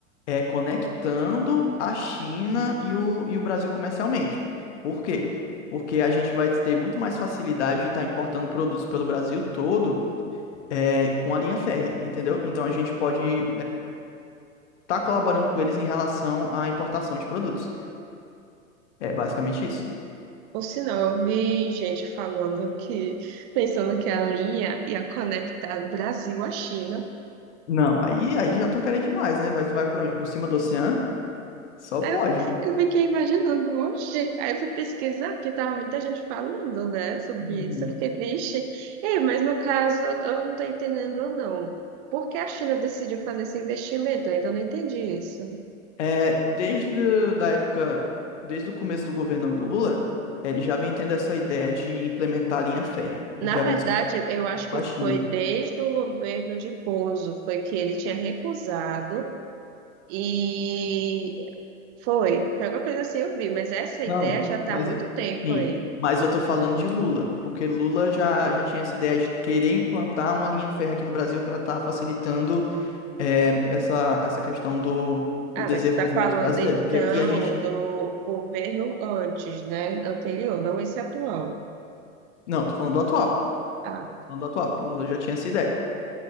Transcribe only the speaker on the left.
é, conectando a China e o, e o Brasil comercialmente. Por quê? Porque a gente vai ter muito mais facilidade de estar importando produtos pelo Brasil todo é, com a linha férrea, entendeu? Então a gente pode estar colaborando com eles em relação à importação de produtos. É basicamente isso.
Não, aí, aí já estão querendo demais, né? Vai, vai por onde? Por cima do oceano? Só
pode,
né?
Uhum.
É, desde o- da época, desde o começo do governo Lula, eh, ele já vem tendo essa ideia de implementar a linha férrea.
Ele já
vem discutindo
isso
com a
China.
Não,
mas
sim,
mas eu tô falando de Lula, porque Lula já, já tinha essa ideia de querer implantar uma linha férrea aqui no Brasil para estar facilitando eh, essa, essa questão do, do
desenvolvimento
brasileiro.
Porque aqui a gente.
Não, tô falando do atual.
Tô falando do atual. Lula já tinha essa ideia.